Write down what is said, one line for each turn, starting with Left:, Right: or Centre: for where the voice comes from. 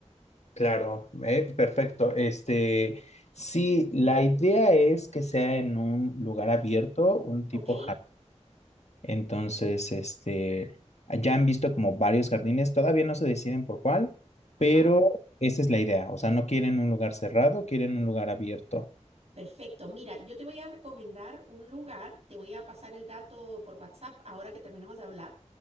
Left: Claro, eh, perfecto. Este, sí, la idea es que sea en un lugar abierto, un tipo
Right: Ok,
Left: Entonces, este, ya han visto como varios jardines, todavía no se deciden por cuál,
Right: ajá.
Left: pero esa es la idea. O sea, no quieren un lugar cerrado, quieren un lugar abierto.
Right: Perfecto. Mira, yo te voy a recomendar un lugar, te voy a pasar el dato por WhatsApp ahora que terminamos de hablar,